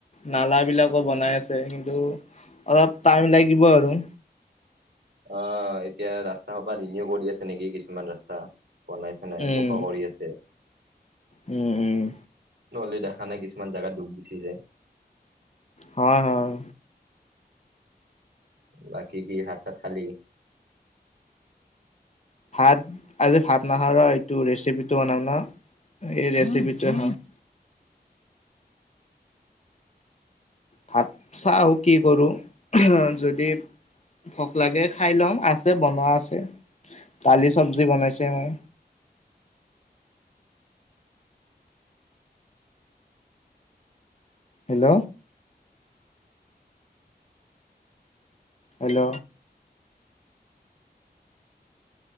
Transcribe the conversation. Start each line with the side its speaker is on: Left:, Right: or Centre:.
Left: নালা বিলাকো বনাই আছে কিন্ত অলপ টাইম লাগিব আৰু ৷
Right: অ' এতিয়া ৰাস্তা সোপাত ৰিনিউ কৰি আছে নেকি? কিছুমান ৰাস্তা ৷ বনাইছে নাই
Left: উম
Right: ওখ কৰি আছে ৷
Left: উম, উম ৷
Right: নহ'লে দেখা নাই, কিছুমান জেগাত ডুব গুচি যায়।
Left: হয়, হয় ৷
Right: বাকী কি হাত চাত খালি?
Left: ভাত, আজি ভাত নাখাওঁ ৰ, এইটো ৰেচিপিটো বনাম ন' এই ৰেচিপি টোৱে হয় ভাত চাওঁ কি কৰোঁ যদি ভক লাগে খাই লম, আছে বনোৱা আছে ৷ তালি চব্জি বনাইছে মাই হেল্ল'! হেল্ল'!